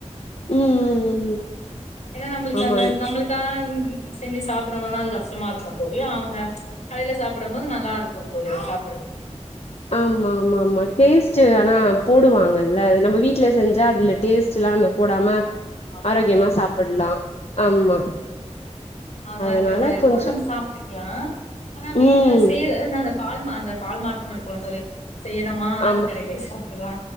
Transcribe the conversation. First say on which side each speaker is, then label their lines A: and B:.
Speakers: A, on the left; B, on the left.
A: ம் ம் ம்
B: ஏனா நம்மளுக்கு
A: ஆமா
B: அந்த
A: அது
B: நம்மளுக்கா செஞ்சு சாப்பிடணுனா அது கஷ்டமா இருக்குந் தோழி அவுங்க கடைல சாப்டும்போது நல்லா இருக்குந்தோழி அத சாப்டறக்கு
A: ஆமா ஆமா ஆமா டேஸ்ட் ஆனா போடுவாங்கல்ல நம்ம வீட்ல செஞ்சா அதுல டேஸ்ட்டில்லாம போடாம
B: ஆமாங்க
A: ஆரோக்கியமா
B: தோழி அது
A: சாப்ல்லா ஆமா
B: நார்மலா
A: அதனால
B: இருக்கற மாரி இருக்கு
A: கொஞ்சோ
B: ஆனா நம்ம சாப்ட்டுக்கலா ஆனா வீட்ல
A: ம்
B: செய்ற நா அத பால் மா அந்த பால் மாற்றம் இருக்குமல்ல தோழி செய்யறமா அது
A: ஆமா
B: கடையிலயே சாப்ட்றலா